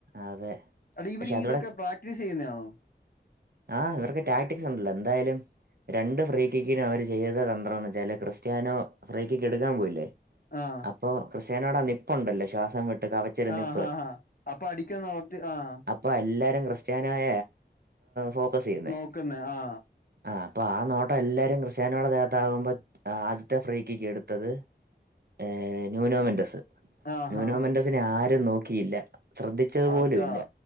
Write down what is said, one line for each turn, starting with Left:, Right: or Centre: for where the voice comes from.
Right: അതെ
Left: അടെ ഇവര്
Right: പക്ഷെ അതിവിടെ
Left: തൊക്കെ പ്രാക്ടീസ് ചെയ്യുന്നണോ?
Right: ആഹ് ഇവർക്ക് ടാക്ടിക്സ് ഉണ്ടല്ലോ? ന്തായാലും. രണ്ട് ഫ്രീക്കിക്കിനും അവര് ചെയ്ത തന്ത്രം എന്ന് വെച്ചാല് ക്രിസ്ത്യാനോ ഫ്രീക്കിക്ക് എടുക്കാൻ പോയില്ലേ?
Left: ആഹ്.
Right: അപ്പൊ ക്രിസ്യനോട നിപ്പുണ്ടല്ലോ ശ്വാസം വിട്ട് കവച്ചരു
Left: ആ
Right: നിപ്പ്
Left: ഹാ ഹാ അപ്പൊ അടിക്കന്ന് ഓർത്തി ആഹ്
Right: ഇപ്പൊ എല്ലാരും ക്രിസ്ത്യാനായ ഫോക്കസ് ചെയ്യുന്ന
Left: നോക്കുന്നെ ആ
Right: ആഹ് അപ്പൊ ആ നോട്ടം എല്ലാരും ക്രിസ്ത്യാനോടെ ആകുമ്പോ ആദ്യത്തെ അഫ്രീക്കയ്ക്ക് എടുത്തത് ഏർ ന്യൂനോമെന്റസ്
Left: ആ
Right: ന്യൂനോമെന്റസിനെ
Left: ഹാ ഹാ
Right: ആരും നോക്കിയില്ല. ശ്രദ്ധിച്ചത് പോലും
Left: അതാ
Right: ഇല്ല